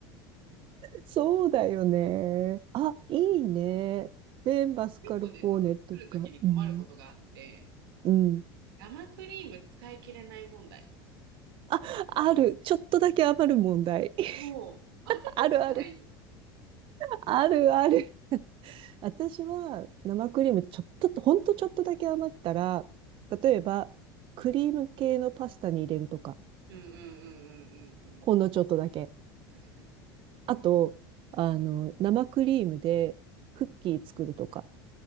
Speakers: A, on the right; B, on the right.
A: そうだよね。あ、いいね。で、マスカルポーネとか。
B: 結構ね、その作るときに困ることがあって、
A: うん。うん。
B: 生クリーム使い切れない問題。
A: あ、ある。ちょっとだけ余る問題。<laughs>
B: そう。あれどうしたらいいの
A: あるある。あるある。私は生クリームちょっと、ほんとちょっとだけ余ったら、例えば、クリーム系のパスタに入れるとか。
B: うんうんうんうんうんうん。
A: ほんのちょっとだけ。
B: 確かに。
A: あと、あの、生クリームでクッキー作るとか。